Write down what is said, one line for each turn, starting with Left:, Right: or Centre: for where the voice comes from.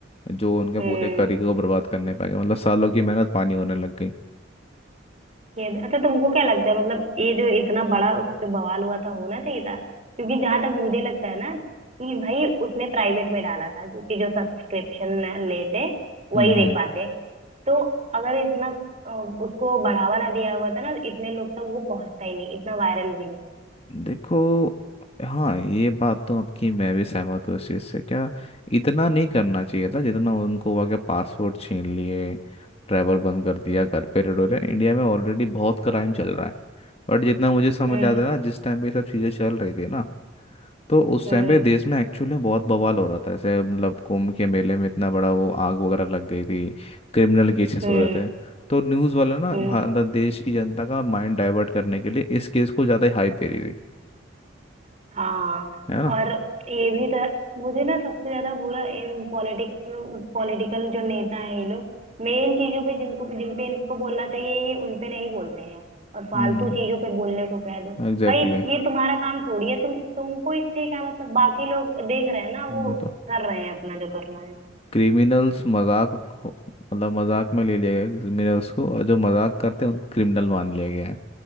Left: जो उनके
Right: हम्म
Left: पूरे करियर को बर्बाद करने पाएगा मतलब सालों की मेहनत पानी होने लग गई
Right: ये अच्छा तुमको क्या लगता है मतलब ये जो इतना बड़ा उस पे बवाल हुआ था होना चाहिए था क्योंकि जहां तक मुझे लगता है ना कि भाई उसने प्राइवेट में डाला था क्योंकि जो सब्सक्रिप्शन लेते
Left: हम्म
Right: वही देख
Left: हम्म
Right: पाते तो अगर इतना अ, उसको बढ़ावा ना दिया हुआ था ना इतने लोग तक वो पहुंचता ही नहीं इतना वायरल भी नहीं होता।
Left: देखो हाँ ये बात तो आपकी मैं भी सहमत हूँ इस चीज़ से क्या इतना नहीं करना चाहिए था जितना उनको हुआ कि पासपोर्ट छीन लिए ट्रैवल बंद कर दिया घर पे रेड हो रहे हैं। इंडिया में ऑलरेडी बहुत क्राइम चल रहा है बट जितना मुझे समझ
Right: हम्म
Left: आता है ना जिस टाइम पे ये सब चीज़ें चल रही थी ना तो उस
Right: हम्म
Left: टाइम पे देश में एक्चुअली में बहुत बवाल हो रहा था ऐसे मतलब कुंभ के मेले में इतना बड़ा वो आग वगैरह लग गई थी क्रिमिनल केसेस
Right: हम्म
Left: हो रहे थे तो न्यूज़ वाले ना
Right: हम्म
Left: भारत मतलब देश की जनता का माइंड डाइवर्ट करने के लिए इस केस को ज़्यादा ही हाइप दे रही थी
Right: हाँ
Left: है ना
Right: और ये भी था मुझे ना सबसे ज्यादा बुरा इन पॉलिटिक पॉलिटिकल जो नेता हैं ये लोग मेन चीजों पे जिनको जिन पे इनको बोलना चाहिए ये उन पे नहीं बोलते हैं और फालतू
Left: हम्म
Right: चीजों पे बोलने को कह दो
Left: एग्जैक्टली
Right: भाई
Left: exactly.
Right: ये तुम्हारा काम थोड़ी है तुम तुमको इससे क्या मतलब बाकी लोग देख रहे हैं ना
Left: वही
Right: वो
Left: तो
Right: कर रहे हैं अपना जो करना है
Left: क्रिमिनल्स मजाक हो- मतलब मजाक में ले लिया गया क्रिमिनल्स को और जो मजाक करते हैं उनको क्रिमिनल मान लिया गया है